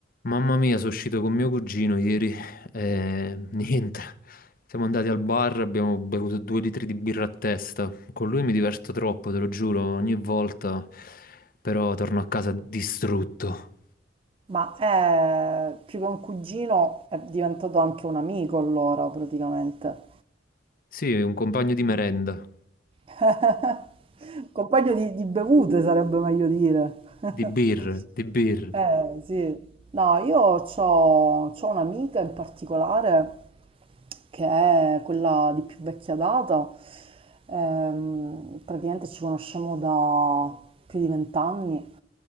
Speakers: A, on the left; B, on the right.
A: Mamma mia, sono uscito con mio cugino ieri e <laughs> niente. Siamo andati al bar, abbiamo bevuto due litri di birra a testa. Con lui mi diverto troppo, te lo giuro, ogni volta, però torno a casa distrutto.
B: Ma è più che un cugino è diventato anche un amico allora praticamente.
A: Sì, un compagno di merenda,
B: <laughs> Compagno di, di bevute sarebbe meglio dire. <laughs>
A: di birre, di birre.
B: Eh sì, no, io ho un'amica in particolare che è quella di più vecchia data, ehm, praticamente ci conosciamo da più di vent'anni